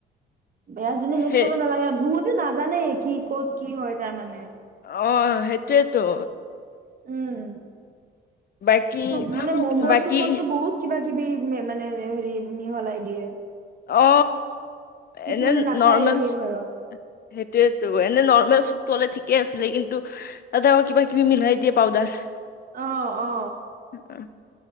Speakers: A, on the right; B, on the left.
A: বেয়াজনী মিক্স
B: সেই
A: কৰিব নালাগে বহুত টো নাজানে কি ক'ত কি হয় তাৰমানে,
B: অ সেইটোৱেইটো,
A: উম।
B: বাকী
A: চুপ মানে ম'মোৰ
B: বাকী
A: চুপততো বহুত কিবা কিবি মে মানে হেৰি মিহলাই দিয়ে,
B: অ,
A: কিছুমানে
B: এনে
A: নাখায়ে
B: নৰ্মেলচ
A: সেই
B: সেইটোৱেটো
A: ভয়ত
B: এনে নৰ্মেল চুপটো হ'লে ঠিক ঠিকে আছিলে কিন্তু তাতে আকৌ কিবা কিবি মিলাই দিয়ে পাউদাৰ।
A: অ অ
B: উ <inaudible>